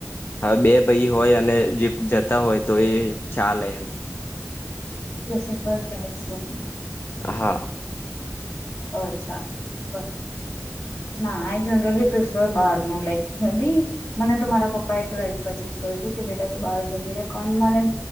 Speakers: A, on the left (about 40°); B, on the left (about 60°).
A: હા બે ભાઈ હોય અને જી જતા હોય તો એ ચાલે એમ
B: એ સિંગલ ચાહેડ છો ને
A: હા
B: અચ્છા બરાબર ના આઈ જનરલી પ્રિફર બારનું લાઈક મે બી મને તો મારા પપ્પા એ ટ્વેલ્થ પછી જ કહ્યું હતું કે બેટા તું બહાર જતી રે પણ મને